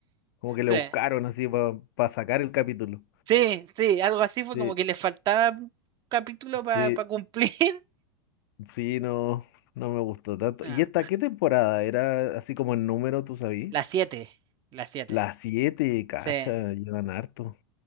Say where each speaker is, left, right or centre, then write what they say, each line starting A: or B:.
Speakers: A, on the left (about 60°); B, on the right (about 35°).
A: Como que le
B: Sí.
A: buscaron así para sacar el capítulo.
B: Sí, sí, algo así fue
A: Sí,
B: como que le faltaba un capítulo para
A: sí,
B: cumplir. <laughs>
A: sí, no, no me gustó tanto.
B: Ah,
A: ¿Y esta qué temporada? Era así como el número, tú sabías.
B: la 7, la 7.
A: Las siete, cacha,
B: Sí.
A: llevan harto.